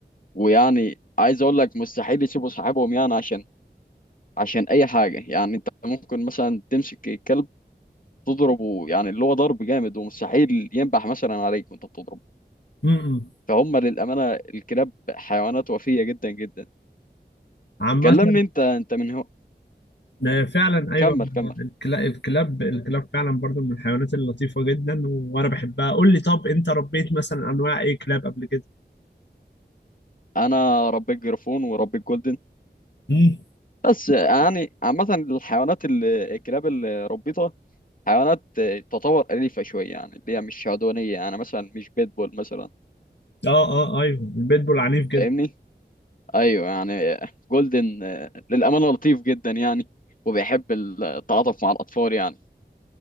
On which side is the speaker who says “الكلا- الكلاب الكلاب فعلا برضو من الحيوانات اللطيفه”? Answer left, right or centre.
Left